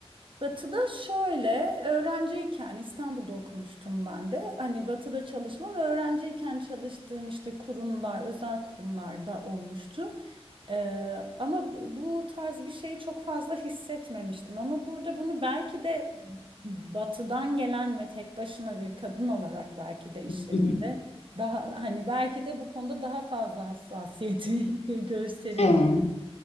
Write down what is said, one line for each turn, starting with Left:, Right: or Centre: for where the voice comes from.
Right: Batı'da şöyle, öğrenciyken İstanbul'da okumuştum ben de. Hani Batı'da çalışmam, öğrenciyken çalıştığım işte kurumlar, özel kurumlarda olmuştu. Ee, ama bu bu tarz bir şeyi çok fazla hissetmemiştim. Ama burada bunu belki de Batı'dan gelen ve tek başına bir kadın olarak belki de iş
Left: Hı
Right: yerinde
Left: hı.
Right: daha hani belki de bu konuda daha fazla hassasiyeti <laughs> gö- gösterir
Left: Evet.